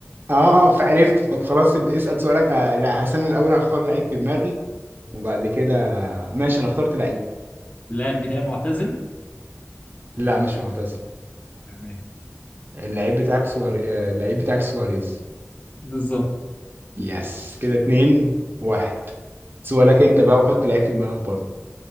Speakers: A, on the right; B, on the left.
A: اه اه فعرفته طب خلاص ال- اسأل سؤالك آه لا هس انا الاول هختار لعيب في دماغي وبعد كده ماشي انا اخترت لعيب
B: اللاعب بتاعي معتزل
A: لا مش معتزل
B: تمام
A: اللعيب بتاعك سوار آه، اللعيب بتاعك سواريز
B: بالظبط
A: يس كده اتنين واحد سؤالك انت بقى وحط لعيب في دماغك برضه